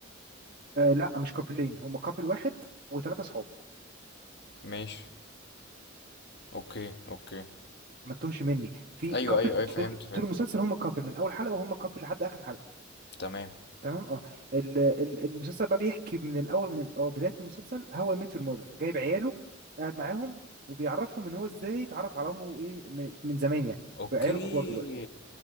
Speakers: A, on the right (about 50°); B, on the left (about 60°).
A: آه لا مش كابلين هم كابل واحد وثلاثة صحاب
B: ماشي اوكي اوكي
A: ما تتوهش مني في
B: ايوه
A: كابل
B: ايوه ايوه فهمت
A: طول
B: فهمت
A: طول المسلسل هم كابل من اول حلقه وهم كابل لحد اخر حلقه
B: تمام
A: تمام اه ال- ال- المسلسل بقى بيحكي من الاول من اه بدايه المسلسل هو ميت يور ماذر جايب عياله قاعد معاهم وبيعرفهم ان هو ازاي اتعرف على امه ايه من من زمان يعني
B: اوكي
A: بقى عياله كبار دلوقتي